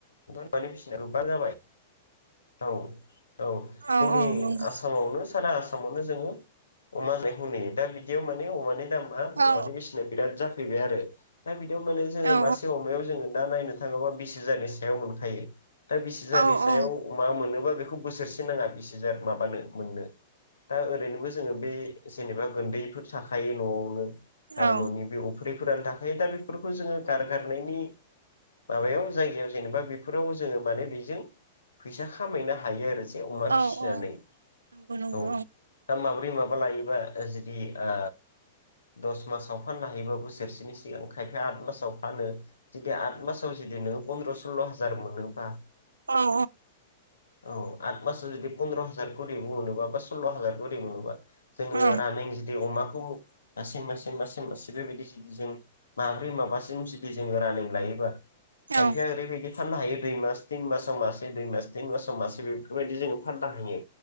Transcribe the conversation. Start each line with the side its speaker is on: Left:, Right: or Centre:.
Left: <unintelligible> फिसिना गोबा जाबाय औ-औ
Right: औ
Left: जोंनि
Right: औ नंगौ
Left: आसामावनो सारा आसामावनो जोङो अमा जानायखौ नुयो दा बिदियाव माने अमानि दामा
Right: औ
Left: अमानि बेसेना बिराद जाफैबाय आरो दा बिदियाव माने जोङो
Right: औ
Left: मासे अमायाव जोङो दा नायनो थाङोबा बिस हाजारनि सायाव मोनखायो दा बिस हाजारनि
Right: औ
Left: सायाव
Right: ओं ओं
Left: मोननोबा बेखौ बोसोरसे नाङा बिस हाजार माबानो मोननो दा ओरैनोबो जोङो बे जेनेबा गुन्दैफोर थाखायो न'आवनो दा
Right: औ
Left: न'नि बे अफ्रि फोरानो थाखायायो दा बेफोरखौ जोङो गारगारनायनि माबायाव जायगायाव जेनेबा बेफोराव जोङो माने बेजों फैसा खामायनो हायो आरो जों। मासे अमा फिसिनानै
Right: औ औ नंगौ नंगौ
Left: औ दा माब्रै माबा लायोबा जुदि ओ दस मासाव फाननो हायोबा बोसोरसेनि सिगां खायफाया आद मासाव फानो जुदि आद मासाव जुदि नोङो फन्द्र' सल्ल' हाजार मोनोबा
Right: अ-अ।
Left: औ आठ मासआव जुदि पन्द्र' हाजारखरै मोनोबा बा सल्ल' हाजारखरि मोनोबा जोङो
Right: औ
Left: मानै जुदि अमा <unintelligible> बेबायदि जुदि जों माब्रै माबासिम जों जुदि रानिं लायोबा
Right: औ
Left: खायफाया ओरैबायदि फाननो हायो दुइ मास तिन मासाव मास मास तिन मास मासे बेफोरबायदि जोङो फाननो हायो।